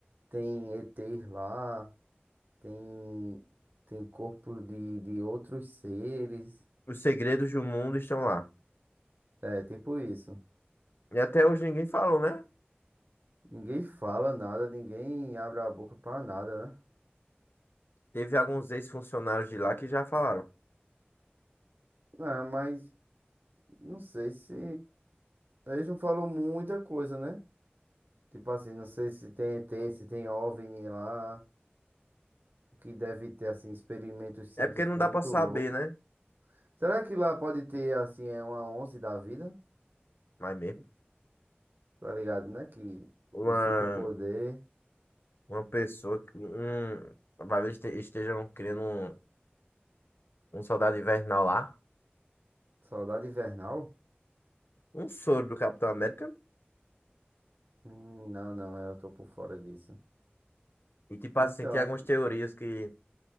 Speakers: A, on the right; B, on the left.
A: Tem ETs lá, tem, tem corpo de, de outros seres.
B: Os segredos do mundo estão lá.
A: É, tipo isso.
B: E até hoje ninguém falou, né?
A: Ninguém fala nada, ninguém abre a boca pra nada, né?
B: Teve alguns ex-funcionários de lá que já falaram.
A: Ah, mas não sei se. Eles não falam muita coisa, né? Tipo assim, não sei se tem ET, se tem OVNI lá. O que deve ter, assim, experimentos científicos
B: É porque não dá
A: muito
B: pra saber,
A: louco.
B: né?
A: Será que lá pode ter, assim, é uma onze da vida?
B: Mas mesmo.
A: Tá ligado, né? Que
B: Uma,
A: um superpoder.
B: uma pessoa. que- Um, vai ver, este- estejam criando um, um soldado invernal lá.
A: Saudade invernal.
B: Um soro do Capitão América.
A: Hum, Não, não, é, eu tô por fora disso.
B: E tipo
A: Então,
B: assim, tem algumas
A: ass-
B: teorias que,